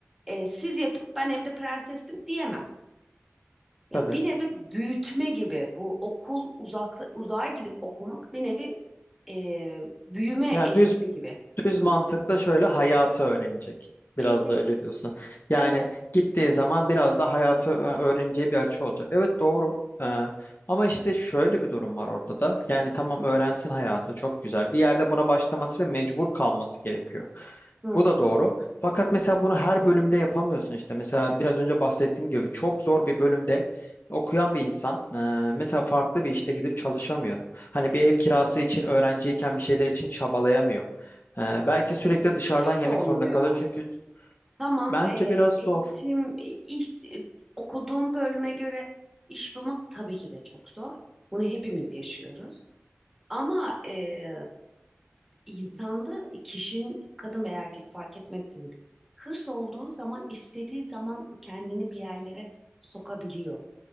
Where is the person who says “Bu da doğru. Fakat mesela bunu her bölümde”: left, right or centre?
Left